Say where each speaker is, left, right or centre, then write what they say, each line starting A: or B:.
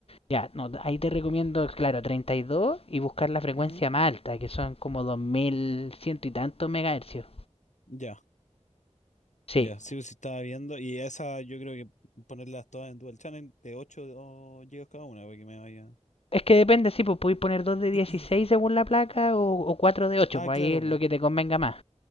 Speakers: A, on the left; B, on the left.
A: ya, no, ahí te recomiendo, claro, 32 y dos y buscar la frecuencia
B: Ujú,
A: más alta, que son como 2100 y tantos megahercios.
B: Ya,
A: Sí,
B: ya, sí, sí estaba viendo. Y esa yo creo que ponerlas todas en Dual Channel de 8 o GB cada una para que me vaya.
A: es que depende, sí, pues podéis poner dos de 16
B: <clears throat>
A: según la placa o, o 4 de ocho,
B: Ah,
A: pues
B: claro,
A: ahí es
B: po.
A: lo que te convenga más.